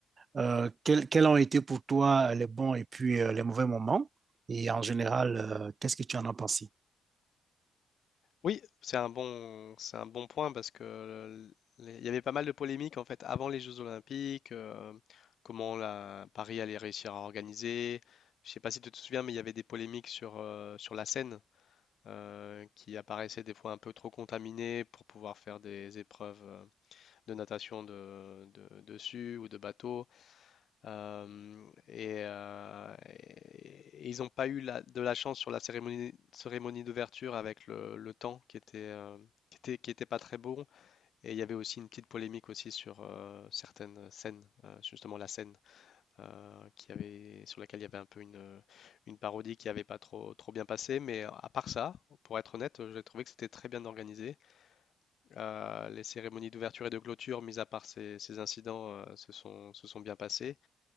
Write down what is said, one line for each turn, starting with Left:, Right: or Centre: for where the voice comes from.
Right: euh, quels, quels ont été pour toi les bons et puis euh, les mauvais moments? Et en général, euh, qu'est-ce que tu en as pensé?
Left: Oui, c'est un bon, c'est un bon point parce que euh, les- il y avait pas mal de polémiques en fait avant les Jeux Olympiques, euh, comment la Paris allait réussir à organiser. Je sais pas si tu te souviens, mais il y avait des polémiques sur, euh, sur la Seine euh, qui apparaissait des fois un peu trop contaminée pour pouvoir faire des épreuves euh, de natation de, de- dessus ou de bateau. Euh, et, euh, et- et ils n'ont pas eu la- de la chance sur la cérémonie, cérémonie d'ouverture avec le, le temps qui était, euh, qui était, qui était pas très bon. Et il y avait aussi une petite polémique aussi sur euh, certaines scènes, euh, justement la scène euh, qui avait, sur laquelle il y avait un peu une, une parodie qui n'avait pas trop, trop bien passé. Mais à part ça, pour être honnête, j'ai trouvé que c'était très bien organisé. Euh, les cérémonies d'ouverture et de clôture, mis à part ces, ces incidents, euh, se sont, se sont bien passées.